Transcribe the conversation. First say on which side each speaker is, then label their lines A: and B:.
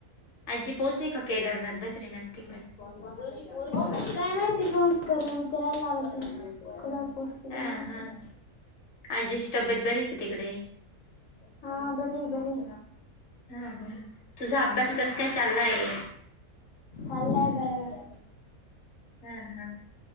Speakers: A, on the left (about 45°); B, on the left (about 65°).
A: आज्जी पोहोचली का? केदारनाथ बद्रीनाथ तिकडे.
B: काय माहिती फोन करून विचारावं लागेल तिला. कुडय ते
A: हा
B: <unintelligible>
A: हा आजीची तब्येत बरए का तिकडे?
B: हा बरी बरी
A: हा हा. तुझा अभ्यास
B: हम्म
A: कस काय चाललाय?
B: चाललाय बराबर.
A: हां हां